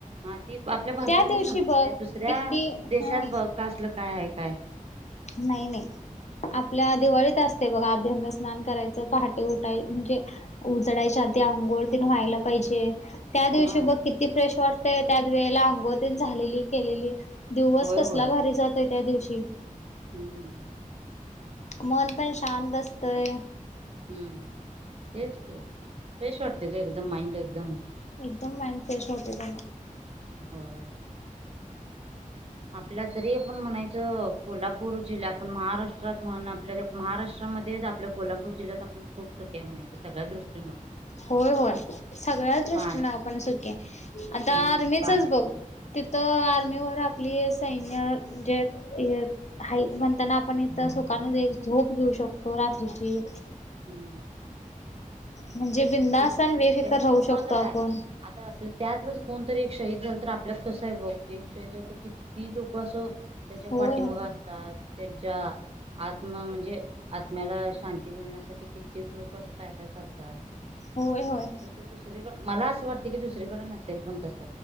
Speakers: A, on the right (about 45°); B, on the left (about 55°).
A: हा ती आपल्या भारतातली
B: त्या दिवशी
A: संस्कृती
B: बघ
A: आहे दुसऱ्या
B: किती
A: देशात
B: हा
A: ब का असलं काय आहे काय
B: नाही नाही आपल्या दिवाळीत असत ते बघा अभ्यंग स्नान करायचं पहाटे उठाय म्हणजे उजडायच्या आधी अंघोळ तिने व्हायला पाहिजे े त्या दिवशी
A: हा
B: बघ किती फ्रेश वाटतय त्या वेळेला अंगोती झालेली केलेली दिवस
A: होय
B: कसला
A: होय
B: भारी जातोय त्या दिवशी
A: हम्म
B: मन पण शांत बसतय
A: हम्म तेच फ्रेश वाटते का एकदम माइंड एकदम
B: एकदम माइंड फ्रेश होते का
A: होय. आपल्या तरी आपण म्हणायचं कोल्हापूर जिल्हा आपण महाराष्ट्रात म्हण आपल्या महाराष्ट्रात म आपल्या कोल्हापू जिल्ह्यात आपण खूप सुक्या म्हणायचं सगळ्या दृष्टीनं
B: होय होय सगळ्याच दृष्टीनं
A: पाणी
B: आपण सुखी आता
A: हम्म
B: आर्मीचच
A: पाण्याचं
B: बघ तिथं आर्मीवरर आपली सैन म्हणजे हा म्हणताना आपण इथ सुखान एक झोप घेऊ शकतो रत्रीची
A: हम्म
B: म्हणजे बिंदास्न
A: तेच की
B: बेफिकर
A: त्यांच्यामुळे
B: राहू शकतो
A: तर
B: आपण
A: आहे. आता आपल्या त्यातलंच कोणतरी एक शहीद झालं तर आपल्यात कसं आहे बघ एक शाहीद झालं तर किती लोक असं त्याच्या
B: होय
A: पाठीमुगा
B: होय.
A: असतात त्यांच्या आत्मा म्हणजे आत्म्याला शांती मिळण्यासाठी कित्येक लोक असं काय काय करतात
B: होय होय
A: तस दुसरीकड मला असं वाटत की दुसरीकडे नसेल पण तस